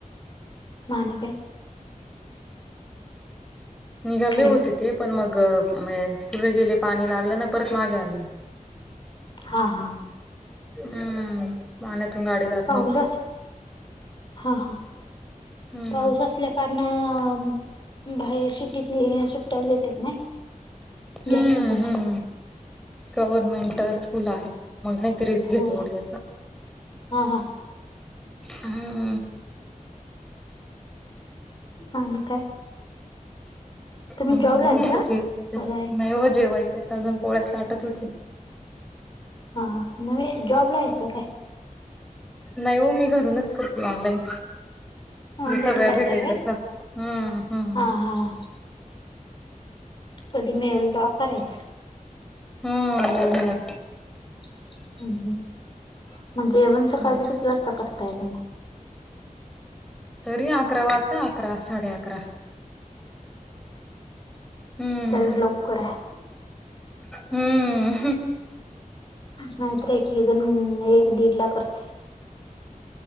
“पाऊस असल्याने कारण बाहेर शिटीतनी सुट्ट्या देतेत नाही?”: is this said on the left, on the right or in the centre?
Left